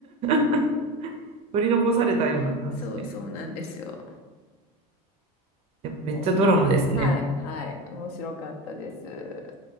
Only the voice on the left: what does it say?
<laughs> そうそうなんですよ。
もうね、はい、はい、面白かったです。